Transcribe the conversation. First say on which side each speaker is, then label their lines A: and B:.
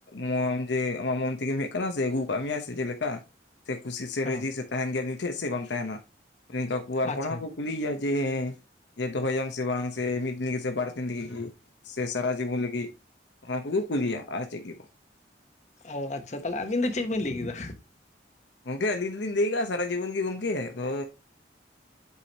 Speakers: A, on the left; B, on the left.
A: ᱢᱚᱱ ᱡᱮ ᱟᱢᱟᱜ ᱢᱚᱱ ᱛᱮᱜᱮᱢ ᱦᱮᱡ ᱟᱠᱟᱱᱟ ᱥᱮ ᱟᱹᱜᱩ ᱟᱠᱟᱫ ᱢᱮᱭᱟ ᱥᱮ ᱪᱮᱫ ᱞᱮᱠᱟ ᱥᱮ ᱠᱩᱥᱤ ᱥᱮ
B: ᱦᱮᱸ
A: ᱨᱟᱹᱡᱤ ᱥᱮ ᱛᱟᱦᱮᱱ ᱜᱮᱭᱟᱢ ᱩᱱᱤ ᱴᱷᱮᱱ ᱥᱮ ᱵᱟᱢ ᱛᱟᱦᱮᱱᱟ ᱚᱱᱮ ᱚᱱᱠᱟ ᱟᱨ
B: ᱟᱪᱪᱷᱟ
A: ᱠᱚᱲᱟ ᱦᱚᱸ ᱠᱚ ᱠᱩᱞᱤ ᱮᱭᱟᱭ ᱡᱮᱻ ᱡᱮ ᱫᱚᱦᱚᱭᱟᱢ ᱥᱮ ᱵᱟᱝ ᱥᱮ ᱢᱤᱫ ᱫᱤᱱ ᱞᱟᱹᱜᱤᱫ ᱥᱮ ᱵᱟᱨ ᱫᱤᱱ ᱞᱟᱹᱜᱤᱫ ᱜᱮ ᱥᱮ ᱥᱟᱨᱟ ᱡᱤᱵᱚᱱ ᱞᱟᱹᱜᱤᱫ ᱚᱱᱟ ᱠᱚᱠᱚ ᱠᱩᱞᱤᱭᱟ ᱟᱨ ᱪᱮᱫ ᱜᱮ ᱵᱟᱝ᱾
B: ᱚ ᱟᱪᱪᱷᱟ ᱛᱟᱦᱚᱞᱮ ᱟᱹᱵᱤᱱ ᱫᱚ ᱪᱮᱫ ᱵᱤᱱ ᱞᱟᱹᱭ ᱠᱮᱫᱟ
A: ᱜᱚᱝᱠᱮ ᱟᱹᱞᱤᱧ ᱫᱚᱞᱤᱧ ᱞᱟᱹᱭ ᱠᱟᱜᱼᱟ ᱥᱟᱨᱟ ᱡᱤᱵᱚᱱ ᱜᱮ ᱜᱚᱝᱠᱮ ᱛᱚ